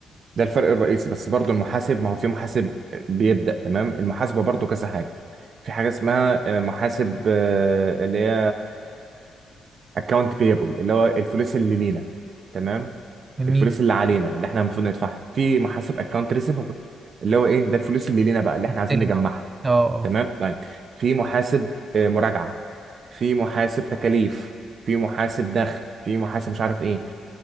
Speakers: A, on the right; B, on the right.
A: ده الفرق الرئيسي بس برضو المحاسب ما هو في محاسب بيبدأ تمام المحاسبة برضو كذا حاجة في حاجة اسمها آه، محاسب آه، اللي هي اكونت بيبل اللي هو الفلوس اللي لينا تمام
B: جميل
A: الفلوس اللي علينا اللي احنا المفروض ندفعها في محاسب اكونت ريسيفبل اللي هو ايه ده الفلوس اللي لينا بقى اللي احنا
B: نستلم
A: عايزين نجمعها
B: اه اه آه.
A: تمام طيب في محاسب آه، مراجعة في محاسب تكاليف في محاسب دخل في محاسب مش عارف ايه